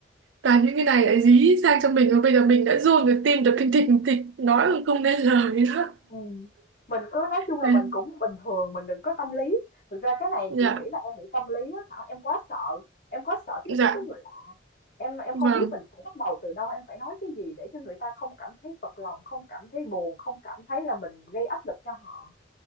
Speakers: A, on the right; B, on the left.
A: toàn những cái này lại dí sang cho mình và bây giờ mình đã run rồi tim đập thình thịch thình thịch nói mà không nên lời đó
B: Ừm, mình cứ nói chung là
A: Ừ,
B: mình cũng bình thường, mình đừng có tâm lý. Thực ra cái này
A: dạ
B: chị nghĩ là em bị tâm lý á Thảo, em quá sợ, em quá sợ tiếp
A: dạ
B: xúc với người lạ. Em em
A: vâng
B: không biết mình phải bắt đầu từ đâu, em phải nói cái gì để cho người ta không cảm thấy phật lòng, không cảm thấy buồn, không cảm thấy là mình gây áp lực cho họ.